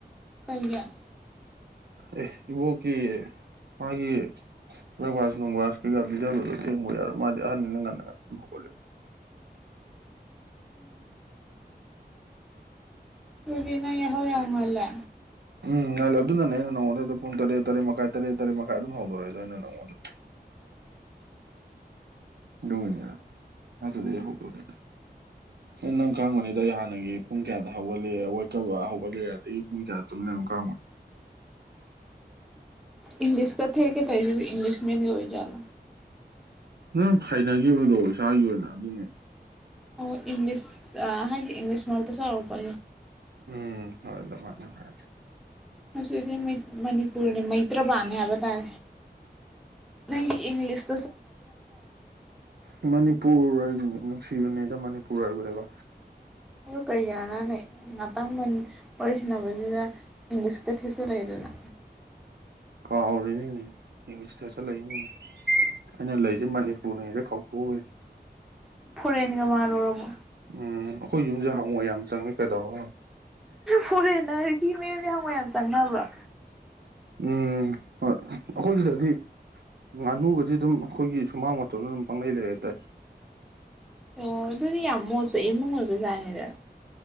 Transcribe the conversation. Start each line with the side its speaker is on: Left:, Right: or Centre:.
Centre: ꯀꯩꯌꯥ
Right: ꯑꯦ ꯏꯕꯣ ꯀ ꯃꯥꯒꯤ ꯕ꯭ꯔꯦꯛꯚꯥꯁ ꯅꯨꯡꯚꯥꯁ ꯀꯩꯀꯥ ꯄꯤꯖꯕꯗꯣ ꯌꯦꯦꯡꯕ ꯌꯥꯔꯣꯏ ꯃꯥꯗꯤ ꯑꯍꯟꯅꯤꯅ ꯉꯟꯅ ꯉꯟꯅ ꯁ
Centre: ꯎꯝ ꯕꯤꯅ ꯌꯥꯍꯧ ꯌꯥꯝꯃꯜꯂꯦ
Right: ꯎꯝ ꯉꯜꯂꯦ ꯑꯗꯨꯅꯅꯦ ꯑꯩꯅ ꯅꯉꯣꯟꯗꯩꯗ ꯄꯨꯡ ꯇꯔꯦꯠ ꯇꯔꯦꯠ ꯃꯈꯥꯏ ꯇꯔꯦꯠ ꯇꯔꯦꯠ ꯃꯈꯥꯏ ꯑꯗꯨꯝ ꯍꯧꯗꯣꯔꯛꯏꯗ ꯑꯩꯅ ꯅꯉꯣꯟꯗꯗꯤ
Centre: <inaudible>
Right: ꯣꯃꯤ ꯑ ꯑꯗꯨꯗꯤ ꯍꯗ ꯅꯪ ꯈꯪꯕꯅꯤꯗ ꯑꯩ ꯍꯥꯟꯅꯒꯤ ꯄꯨꯡ ꯀꯌꯥꯗ ꯍꯧꯒꯠꯂꯦꯀ ꯍꯧꯒꯠꯂꯦ ꯑꯗꯒꯤ ꯄꯨꯡ ꯀꯌꯥ ꯀ
Centre: ꯏꯪꯂꯤꯁ ꯀ ꯊꯦ ꯀ ꯇꯁꯤ ꯏꯪꯂꯤꯁ ꯃꯤꯖꯂ
Right: ꯅꯪ ꯍꯥꯏꯅꯈꯤꯕꯗꯣ ꯏꯁꯥꯒꯤ ꯑꯣꯏꯅ ꯑꯗꯨꯃꯅꯦ
Centre: ꯑꯣ ꯏꯪꯂꯤꯁ ꯍꯥꯏꯗꯤ ꯏꯪꯂꯤꯁ ꯃ ꯃꯔꯔ ꯇ ꯁꯔ ꯄ
Right: ꯎꯝ ꯍ ꯑꯗꯨꯃꯅ ꯍꯦ
Centre: ꯃꯁꯤꯗꯤ ꯃꯅꯤꯄꯨꯔꯅꯤ ꯃꯩꯇ꯭ꯔꯥ ꯍꯥꯏꯕ ꯇꯥꯏ ꯅ ꯏꯪꯂꯤꯁ
Right: ꯎ ꯃꯅꯤꯄꯨꯔ ꯒꯤ ꯅꯨꯡꯁꯤꯕꯅꯦꯗ ꯃꯅꯤꯄꯨꯔ ꯍꯥꯏꯕꯅꯦꯀꯣ
Centre: ꯑꯗꯨ ꯀꯩꯌꯥꯅꯅ ꯑ ꯋꯥꯔꯤ ꯁꯥꯟꯟꯅꯅꯕꯁꯤꯗ ꯏꯪꯂꯤꯏꯁꯀ ꯊꯦꯇ ꯂꯩ ꯑꯗꯨꯅ
Right: ꯀꯥꯎꯔꯤꯅꯤꯅꯦ ꯏꯪꯂꯤꯁꯇ ꯆꯠꯂꯛꯏꯅꯤꯅꯦ ꯑꯩꯅ ꯂꯩꯁꯦ ꯃꯅꯤꯄꯨꯔꯅꯤꯗ ꯀꯄꯨ ꯑꯣꯏ
Centre: ꯐꯣꯔꯦꯟꯦꯟꯒ ꯃꯥꯜꯂꯨꯔꯕꯣ
Right: ꯎꯝ ꯑꯩꯈꯣꯏ ꯌꯨꯝꯁꯦ ꯍꯪꯉꯣ ꯌꯥꯝ ꯆꯪꯉꯦ ꯀꯩꯗꯧꯔꯣ
Centre: ꯐꯣꯔꯦꯟꯅꯔ ꯍꯤ ꯃꯌꯨꯝꯗꯤ ꯍꯪꯉꯣꯏ ꯌꯥꯝ ꯆꯪꯅꯕ꯭ꯔꯥ
Right: ꯎꯝ ꯍꯣꯏ ꯑꯩꯈꯣꯏ ꯁꯤꯗꯗꯤ ꯉꯥꯅꯨꯒꯗꯤ ꯑꯗꯨꯝ ꯑꯩꯈꯣꯏꯒꯤ ꯁꯨꯃꯥꯡ ꯄꯪ ꯂꯩꯇ
Centre: ꯑꯣ ꯑꯗꯨꯗꯤ ꯌꯥꯝ ꯃꯣꯠꯄ ꯏꯃꯨꯡ ꯑꯣꯏꯕꯖꯥꯠꯅꯤꯗ